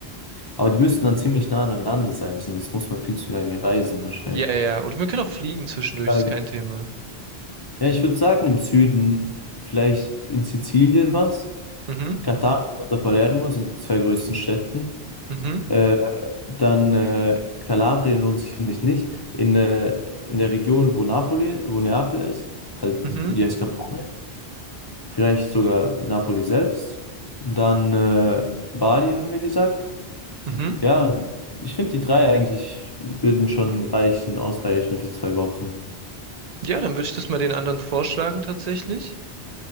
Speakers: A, on the left; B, on the right.
A: Aber die müssten dann ziemlich nah aneinander sein, sonst muss man viel zu lange reisen wahrscheinlich.
B: Ja, ja. Oder wir können auch fliegen zwischendurch,
A: Sagen-
B: ist kein Thema.
A: Ja, ich würde sagen, im Süden, vielleicht in Sizilien was.
B: Mhm,
A: Catania oder Palermo sind die zwei größten Städten.
B: mhm,
A: Äh, dann äh, Kalabrien lohnt sich, finde ich, nicht. In, äh, in der Region, wo Napoli, wo Neapel ist, halt,
B: mhm,
A: die heißt Campania, vielleicht sogar Napoli selbst. Dann äh, Bari, haben wir gesagt.
B: mhm.
A: Ja, ich finde die drei eigentlich würden schon reichen, ausreichen für zwei Wochen.
B: Ja, dann würde ich das mal den anderen vorschlagen tatsächlich.